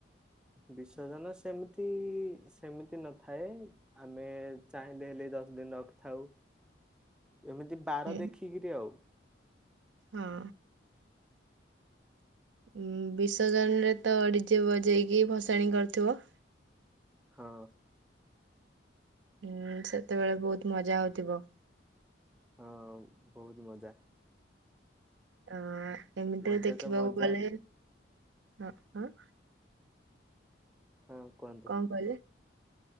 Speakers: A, in the centre; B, on the right.
A: ବିସର୍ଜନ ସେମିତି, ସେମିତି ନଥାଏ। ଆମେ ଚାହିଁଲେ ହେଲେ ଦଶ ଦିନ ରଖିଥାଉ, ଏମିତି ବାର
B: ହୁଁ
A: ଦେଖିକିରି ଆଉ।
B: ହଁ। ଉଁ ବିସର୍ଜନରେ ତ ଡିଜେ ବଜେଇକି ଭସାଣି କରିଥିବ?
A: ହଁ।
B: ହୁଁ ସେତେବେଳେ ବହୁତ ମଜା ହଉଥିବ?
A: ହଁ ବହୁତ ମଜା।
B: ଅ ଏମିତି
A: ମଜା
B: ଦେଖିବାକୁ
A: ତ ମଜା
B: ଗଲେ ହଁ।
A: ହଁ କୁହନ୍ତୁ।
B: ବ <inaudible>